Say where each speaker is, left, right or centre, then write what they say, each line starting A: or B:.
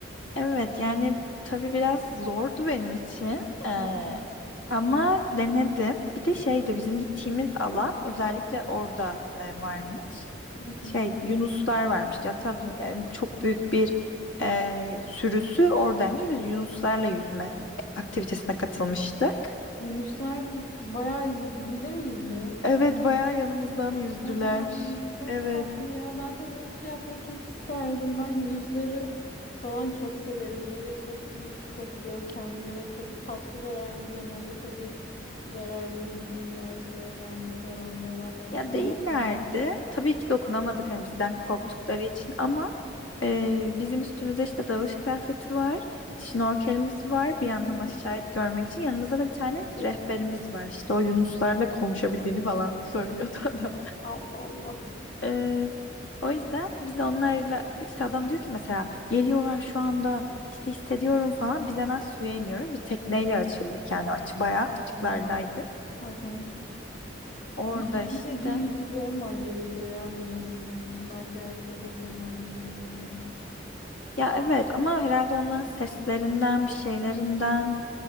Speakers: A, on the left; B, on the left.
A: evet yani tabii biraz zordu benim için Ee,
B: Hı hı.
A: ama denedim bir de şeydi bizim gittiğimiz alan özellikle orada e, varmış
B: Hı hı.
A: şey yunuslar varmış hatta dün- e, çok büyük bir e, sürüsü oradaymış biz yunuslarla yüzme aktivitesine katılmıştık.
B: Yunuslar bayağı iyi dibinde miydi?
A: Evet bayağı yanımızdan yüzdüler.
B: Oha, çok
A: Evet.
B: tatlı ya. Ben de böyle bir şey yapmayı çok isterdim. Ben yunusları falan çok severim. Böyle çok büyük, çok görkemli ve çok tatlılar aynı zamanda. Tabii zararlı değillerse yani zararlı olanlarının
A: Ya değillerdi.
B: zaten.
A: Tabii ki dokunamadık hani bizden
B: <laughs> Hı hı,
A: korktukları için ama e, bizim üstümüzde işte dalış kıyafeti var, şnorkelimiz var.
B: hı
A: Bir
B: hı.
A: yandan aşağıya görmek için yanımızda da bir tane rehberimiz var. İşte o yunuslarla konuşabildiğini falan söylüyordu <laughs> adam.
B: Allah Allah.
A: E, o yüzden biz onlarla işte adam diyor ki mesela geliyorlar şu anda işte hissediyorum falan. Biz hemen suya iniyoruz. Bir tekneyle açıldık yani aç bayağı açıklardaydık.
B: Hmm, hı hı.
A: Orada
B: Ama iyi
A: işte.
B: de bir yüzücü olman gerekiyor ya bunu yapabilmen için. Bence herkes yapamaz. Ne diyorsun?
A: Ya evet ama herhalde onların seslerinden bir şeylerinden.